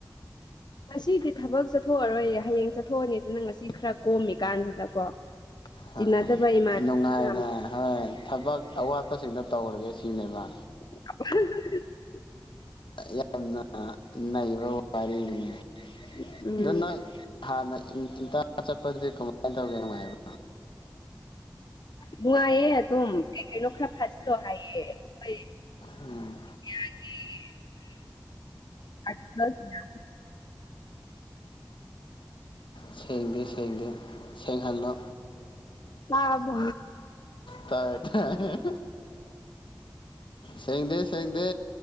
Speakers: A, on the left (about 60°); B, on the left (about 85°).
A: ꯉꯁꯤꯗꯤ ꯊꯕꯛ ꯆꯠꯊꯣꯛꯑꯔꯣꯏꯌꯦ ꯍꯌꯦꯡ ꯆꯠꯊꯣꯛꯑꯅꯤ ꯑꯗꯨꯅ ꯉꯁꯤ ꯈꯔ ꯀꯣꯝꯃꯤꯀꯥꯟꯁꯤꯗꯀꯣ? <inaudible>
B: ꯍꯣꯏ
A: ꯏꯃꯥꯟ
B: ꯅꯨꯡꯉꯥꯏꯅ
A: ꯃꯌꯥꯝ
B: ꯍꯣꯏ ꯊꯕꯛ ꯑꯋꯥꯠꯄꯁꯤꯡꯗꯣ ꯇꯧꯔꯒꯦ ꯁꯤꯅꯦꯕ?
A: <unintelligible>
B: ꯌꯥꯝꯅ ꯅꯩꯕ ꯋꯥ-ꯋꯥꯔꯤꯅꯤ꯫
A: ꯎꯝ
B: ꯑꯗꯨ ꯅꯪ ꯍꯥꯟꯅ <unintelligible> ꯆꯠꯄꯗꯨꯗꯤ ꯀꯃꯥꯏꯅ ꯇꯧꯒꯦ ꯅꯨꯡꯉꯥꯏꯕ
A: ꯅꯨꯡꯉꯥꯏꯌꯦ ꯑꯗꯨꯝ ꯀꯩ-ꯀꯩꯅꯣ ꯈꯔ ꯐꯥꯖꯤꯂꯣ ꯍꯥꯏꯌꯦ ꯑꯩꯈꯣꯏ
B: ꯎꯝ
A: <inaudible>
B: ꯁꯦꯡꯗꯦ-ꯁꯦꯡꯗꯦ ꯁꯦꯡꯍꯜꯂꯣ꯫
A: ꯇꯥꯔꯕꯣ꯫
B: ꯇꯥꯏꯌꯦ ꯇꯥꯏ ꯁꯦꯡꯗꯦ ꯁꯦꯡꯗꯦ꯫